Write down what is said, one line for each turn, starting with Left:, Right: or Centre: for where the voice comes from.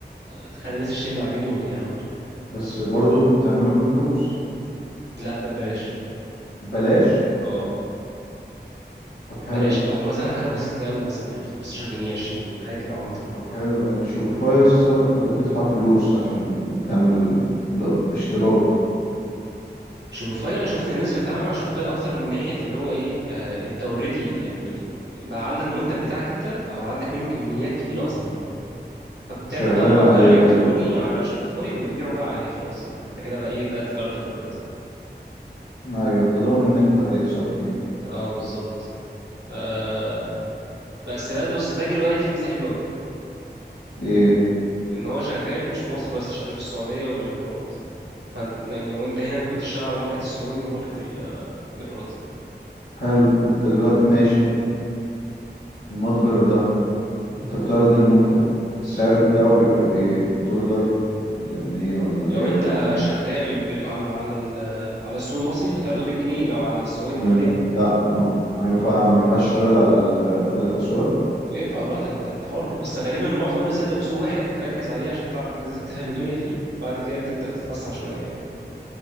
Right: بتخلي الناس تشتري من عليه دغري يعني على طول
Left: بس برضه بتعمله بفلوس
Right: لا ده ببلاش
Left: بلاش
Right: اه
Left: طب حلو
Right: بلاش او مثلا حاجه بسيطه قوي مثلا يعني 15 جنيه 20 جنيه حاجه كده عبيطه
Left: طب حلو لان شوبيفاي يسا انت بتدفع فلوس عشان تعمل ده باشتراك
Right: شوبيفاي انا شفت ان الناس بتتعامل مع شوبيفاي اكتر من ناحيه اللي هو ايه آه انت اوريدي يعني بقى عندك منتج بتاعك انت او عندك منه كميات كبيره اصلا فبتعمل
Left: وشغال
Right: بقى متجر
Left: عليه
Right: الكتروني
Left: حلو
Right: على شوبيفاي وتبيعه بقى عليه خلاص يعني انت كده بقى ايه ده تجارتك دلوقتي
Left: ايوه انت ضامن ان انت هتكسب فيه
Right: اه بالظبط آه بس بقى ده بص تاجر بقى في ميزه حلوه قوي
Left: ايه
Right: ان هو شغال مش في مصر بس شغال في السعوديه والامارات فانت يعني وانت هنا ممكن تشتغل على ماركت السعودي وماركت ال- الاماراتي
Left: حلو انت دلوقتي ماشي المتجر ده انت بتعرض المنتج السعر بتاعه بيبقى بايه دولار ولا جنيه ولا
Right: لو
Left: ريال
Right: انت
Left: ولا ايه
Right: شغال بال... على الم- على ال- على السوق المصري هتعرضه بالجنيه لو على السعودي
Left: ما
Right: بالريال
Left: ينف... لا ما ما ينفع ما ينفعش تشتغل على الثلاث اسواق
Right: اللي ينفع براحتك انت انت حر بس غالبا معظم الناس تبدا بسوق واحد تركز عليه عشان تعرف تز- تفهم الدنيا فيه بعد كده بتبدا تتوسع شويه يعني